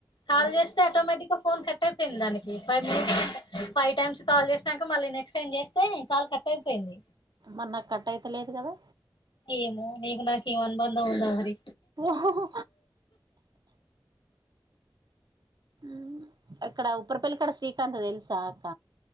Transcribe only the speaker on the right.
మరి నాకు కట్ అయితలేదు కదా.
ఓహోహో ఉమ్ అక్కడ ఉప్పరపేల్లి కడ శ్రీకాంత్ తెలుసా అక్క